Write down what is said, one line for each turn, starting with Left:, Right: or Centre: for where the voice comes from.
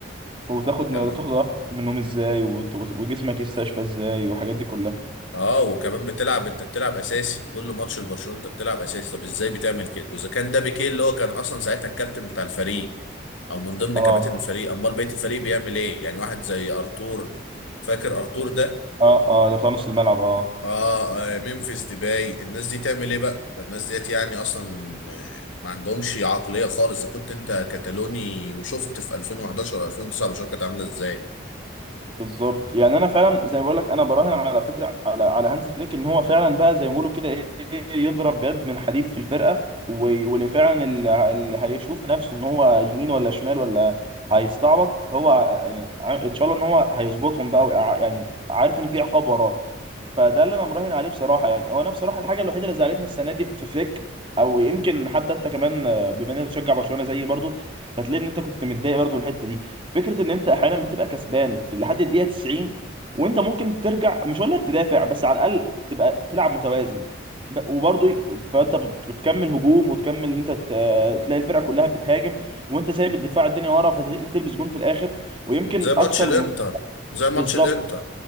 Right: وتاخد
Left: كلام
Right: وتاخد راحتك من النوم ازاي وت- وت- وجسمك يستشفى ازاي والحاجات دي كلها
Left: اه وكمان بتلعب انت بتلعب اساسي كل ماتش لبرشلونه انت بتلعب اساسي طب ازاي بتعمل كده واذا كان ده بيكيه اللي هو كان اصلا ساعتها الكابتن بتاع الفريق او من ضمن
Right: اه
Left: كباتن الفريق امال بقيه الفريق بيعمل ايه يعني واحد زي ارتور فاكر ارتور ده
Right: اه اه ده بتاع نص الملعب اه
Left: اه, آه ممفيس ديباي الناس دي تعمل ايه بقى ده الناس ديت يعني اصلا آه، ما عندهمش عقليه خالص اذا كنت انت كتالوني وشفت في 2011 و 2009 المشاركه كانت عامله ازاي
Right: بالظبط يعني انا فعلا زي ما بقول لك انا براهن على فكره على على هانز فليك ان هو فعلا بقى زي ما بيقولوا كده ايه إيه، يضرب بيد من حديد في الفرقه و- واللي فعلا اللي اللي هيشوف نفسه ان هو يمين ولا شمال ولا هيستعبط هو ع- يعني ع- ان شاء الله ان هو هيظبطهم بقى ويقع- يعني عارف ان في عقاب وراه فده اللي انا مراهن عليه بصراحه يعني هو انا بصراحه الحاجه الوحيده اللي زعلتني السنه دي في فليك او يمكن حتى انت كمان آه، بما انك بتشجع برشلونه زيي برضو فتلاقي ان انت كنت متضايق برضو من الحته دي فكره ان انت احيانا بتبقى كسبان في لحد الدقيقه 90 وانت ممكن ترجع مش هقول لك تدافع بس على الاقل تبقى تلعب متوازن ب- وبرضو ي- ف- فانت بت- بتكمل هجوم وتكمل ان انت ت- آه، تلاقي الفرقه كلها بتهاجم وانت سايب الدفاع الدنيا ورا فتلبس جون في الاخر ويمكن
Left: زي
Right: اكتر
Left: ماتش الانتر
Right: م-
Left: زي
Right: بالظبط
Left: ماتش الانتر